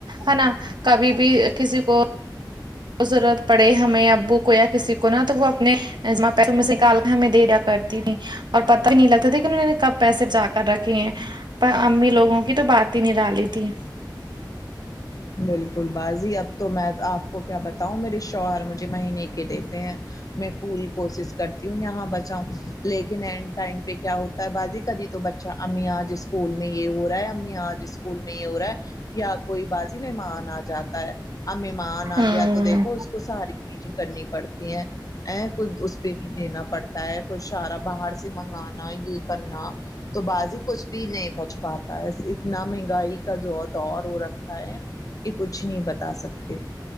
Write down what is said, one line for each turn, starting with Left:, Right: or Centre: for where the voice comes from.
Right: ہے نا کبھی بھی کسی کو ضرورت پڑے ہمیں ابو کو یا کسی کو نا تو وہ اپنے ایسا ماں پیسے میں نکال کے ہمیں دے دیا کرتی تھی اور پتہ ہی نہیں لگتا تھا کہ انہوں نے کب پیسے بچا کر رکھے ہیں پر امی لوگوں کی تو بات ہی نرالی تھی
Left: بالکل باجی اب تو میں آپ کو کیا بتاؤں میرے شوہر مجھے مہینے کے دیتے ہیں میں پوری کوشش کرتی ہوں یہاں بچاؤں لیکن اینڈ ٹائم پہ کیا ہو تا ہے باجی کبھی تو بچہ امی آج اسکول میں یہ ہو رہا ہے امی آج اسکول میں یہ ہو رہا ہے یا کوئی باجی مہمان آ جاتا ہے اب ممان آ
Right: ہوں
Left: گیا تو دیکھو اس کو ساری چیزیں کرنی پڑتی ہیں ا ک اس پہ بھی دینا پڑ تا ہے کوئی اشارا باہر سے منگانا یہ کرنا تو بازی کچھ بھی نہیں بچ پا تا ہے اتنا مہنگائی کا جو ہے دور ہو رکھا ہے کہ کچھ نہیں بتا سکتے